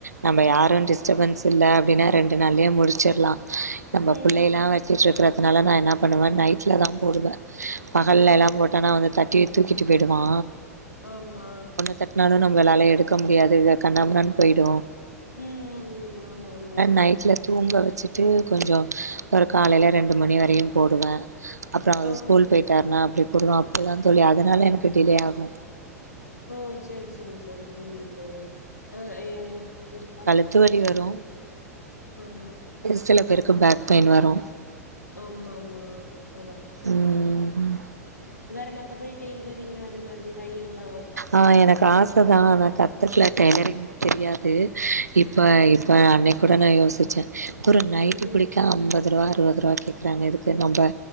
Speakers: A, on the right; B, on the left.
A: நம்ப யாரு டிஸ்டர்பன்ஸ் இல்ல அப்டின்னா ரெண்டு நாள்யே முடிச்சிர்லா நம்ம
B: ம்
A: புள்ளைலா வச்சிட்ருக்குறதுனால நா என்ன பண்ணுவே நைட்ல தா போடுவே பகல்ல
B: ம்
A: எல்லாம் போட் டனா வந்து தட்டீ தூக்கிட்டு போய்டுவா
B: ஆம்மா
A: தட்னாலு நம்வெலாலே எடுக்க முடியாது இத கண்ணாமுண்ணாண் போய்டு
B: உம் உம் உம் ஆமா ஆமா தோழ
A: நைட்ல தூங்க வச்சுட்டு கொஞ்சோ ஒரு காலைல ரெண்டு மணி வரையும் போடுவே அப்றோ அவர்
B: ம்
A: ஸ்கூல் போய்ட்டாருனா அப்டி பொடுவ அப்டிதான் தோழி அதனாலே எனக்கு டிலே ஆகு
B: ஓ சரி சரி சரி புரியுது தோழி ஆ ஏ இது பண்
A: த்துவலி வரு
B: ஆ
A: சில பேருக்கு பேக் பெயின் வரு
B: ஆமா மா அதா
A: ம்
B: புரிது தோழி வேற மத்தபடி டெய்லரிங்கு அது மாதிரித் தையல் இல்லா வ
A: ஆ எனக்கு ஆசதா ஆனா கத்துக்ல டெய்லரிங் தெரியாது இப்ப
B: ம்
A: இப்ப அன்னைக் கூட நா யோசிச்சே ஒரு நைட்டி
B: ம் ம்
A: பிடிக் க அம்பதுருவா அறுவதுருவா கேக்கறாங்க இதுக்கு நம்ப